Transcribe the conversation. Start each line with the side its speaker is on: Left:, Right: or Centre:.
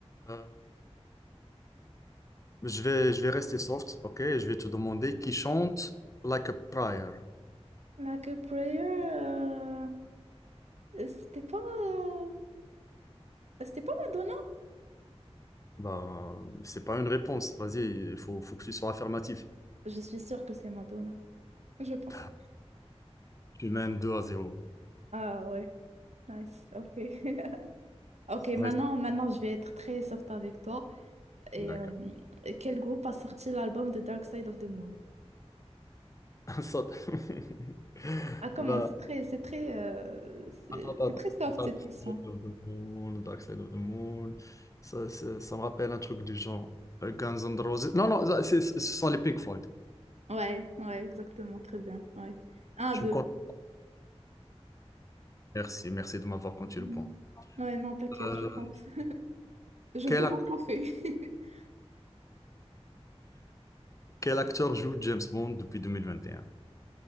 Left: Euh, je vais, je vais rester soft, ok? Je vais te demander qui chante Like a Prayer.
Right: Like a Prayer, euh, c'était pas... euh, C'était pas Madonna?
Left: Bah, c'est pas une réponse. Vas-y, il faut, faut que tu sois affirmatif.
Right: Je suis sûre que c'est Madonna, je pense.
Left: <laughs> Tu mènes 2 à 0.
Right: Ah ouais, nice, ok. <laughs> Ok,
Left: Ouais.
Right: maintenant, maintenant, je vais être très soft avec toi. Et
Left: D'accord.
Right: euh, quel groupe a sorti l'album The Dark Side of the Moon?
Left: <laughs> Ça- <laughs>
Right: Ah, comment?
Left: Bah,
Right: C'est très, c'est très, euh, c'est
Left: attends, attends,
Right: c'est
Left: attends.
Right: très soft
Left: Dark
Right: cette
Left: Side
Right: question.
Left: of the Moon, Dark Side of the Moon. Ça, ça, ça me rappelle un truc du genre euh, Guns N' Roses. Non, non, ça, c'est- ce sont les Pink Floyd.
Right: Ouais, ouais, exactement, très bien. Ouais. Un,
Left: Tu
Right: deux.
Left: me comptes Merci, merci de m'avoir compté
Right: Non.
Left: le point.
Right: Ouais, non, t'inquiète,
Left: Euh,
Right: je compte. Je
Left: quel,
Right: veux
Left: ac-
Right: mon café. <laughs>
Left: quel acteur joue James Bond depuis 2021?